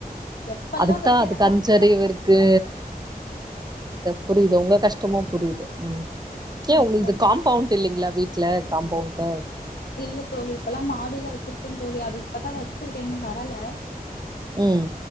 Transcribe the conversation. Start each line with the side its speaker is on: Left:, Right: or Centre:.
Left: எப்பெல்லா
Right: அதுக்கு தா
Left: வைக்கிறானோ
Right: அதுக்கு அஞ்சறிவு
Left: அப்பெல்லா
Right: இருக்கு புரியது உங்க கஷ் டமு புரியுது உ
Left: கண்டிப்பா
Right: ஏ உங்குளுது
Left: தோழி
Right: காம்பவுண்ட் இல்லைங்களா வீட் ல காம்பவுண்ட்டு
Left: இல்ல தோழி இப்பல்லா மாடியில வச்சிருக்கே தோழி அது இப்பதா வச்சிருக்கே இன்னு வரல
Right: உம்